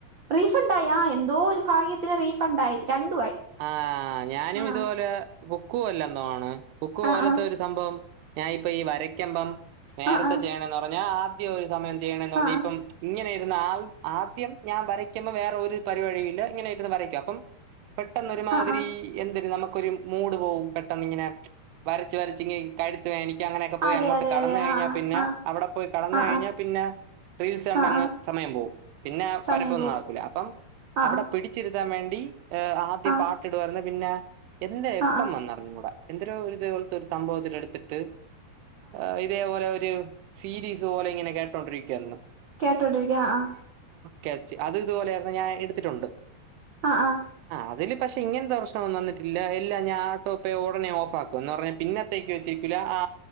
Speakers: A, on the right (about 55°); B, on the right (about 85°).
A: റീഫണ്ടായി ആ എന്തോ ഒരു ഭാഗ്യത്തിന് റീഫണ്ടായി രണ്ടുവായി
B: ആ ഞാനും
A: ആ
B: ഇതുപോലെ ബോം കൂ അല്ലെന്നാണ് കൊക്ക്
A: ആ
B: പോലത്തെ
A: ആ
B: ഒരു സംഭവം ഞാൻ ഇപ്പ ഈ വരയ്ക്കമ്പം നേരത്തെ
A: ആ ആ
B: ചെയ്യണന്ന് പറഞ്ഞ ആദ്യ ഒരു സമയം ചെയ്യണന്ന് പറഞ്ഞ
A: ആ
B: ഇപ്പം ഇങ്ങനെ ഇന്നാൾ ആദ്യം ഞാൻ വരയ്ക്കുമ്പോ വേറെ ഒരു പരിപഴിയില്ല ഇങ്ങനെ ഇരുന്ന് വരയ്ക്കും അപ്പം പെട്ടെന്നൊരുമാതിരി
A: ആ ആ
B: എന്തര് നമ്മ ഒരു മൂഡ് പോകും പെട്ടെന്ന് ഇങ്ങനെ വരച്ച് വരച്ച് കഴുത്ത് വേനി അങ്ങനെയൊക്കെ പോയി
A: അതെ
B: അങ്ങോട്ട്
A: അതെ
B: കെടന്ന്
A: അതെ
B: കഴിഞ്ഞാൽ
A: ആ ആ
B: പിന്നെ അവിടെ പോയി കെടന്ന്
A: ആ ആ
B: കഴിഞ്ഞാൽ പിന്നെ റീൽസ് കണ്ടങ്ങ്
A: ആ ആ
B: സമയം പോവും പിന്നെ
A: സമയം
B: വരപ്പൊന്നും
A: പോവും
B: നടക്കൂല അപ്പം
A: ആ
B: അവിടെ പിടിച്ചിരി ക്കാൻ വേണ്ടി ഏ ആദ്യം
A: ആ ആ
B: പാട്ടിടുവാരുന്നു പിന്നോ എന്താ എപ്പം
A: ആ
B: വന്നറിഞ്ഞൂടാ എന്തരോ ഒരു ഇതേപോലത്തെ ഒരു സംഭവത്തിൽ എടുത്തിട്ട് ആ ഇതേപോലെ ഒരു സീരീസ് പോലെ ഇങ്ങനെ കേട്ടോണ്ടിരിക്കുവാരുന്നു.
A: കേട്ടോണ്ടിരിക്ക. ആഹ്
B: ടേസ്റ്റ് അ ഇപ്പ ഇതുപോലെയായിരുന്നു ഞാ എടുത്തിട്ടുണ്ട്.
A: ആ ആ
B: അതില് പക്ഷെ ഇങ്ങനതെർശനൊന്നും വന്നിട്ടില്ല. എല്ല ഞാ ആട്ടോപ്പേ ഉടനെ ഓഫാക്കും. എന്ന് പറഞ്ഞ പിന്നെ ത്തേക്ക് വച്ചേക്കൂല. ആ